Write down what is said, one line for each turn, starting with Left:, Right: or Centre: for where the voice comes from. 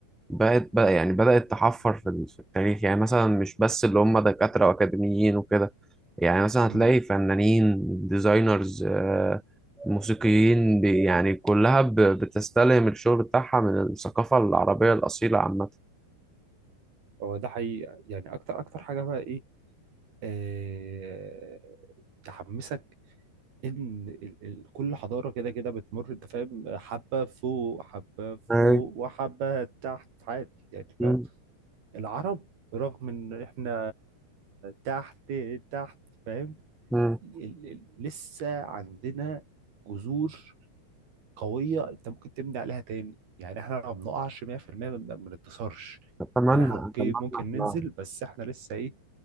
Centre: بقت بقى يعني بدأت تحفر في ال- في التاريخ يعني مثلا مش بس اللي هم دكاترة وأكاديميين وكده يعني مثلا
Right: امم
Centre: هتلاقي فنانين ديزاينرز آه، موسيقيين بي- يعني كلها ب- بتستلهم الشغل بتاعها من الثقافة العربية الأصيلة عامة
Right: هو ده حقيقي يعني اكتر اكتر حاجه بقى ايه آه... تحمسك ان ال... ال... كل حضاره كده كده بتمر انت فاهم حبه فوق حبه فوق
Centre: أي
Right: وحبه تحت عادي يعني
Centre: مم.
Right: فاهم العرب رغم ان احنا تحت تحت فاهم
Centre: مم.
Right: ال- ال- لسه عندنا جذور قوية انت ممكن تبني عليها تاني يعني احنا ما بنقعش 100% ما ما بنتكسرش
Centre: أتمنى
Right: يعني احنا اوكي
Centre: أتمنى إحنا
Right: ممكن ننزل بس احنا لسه ايه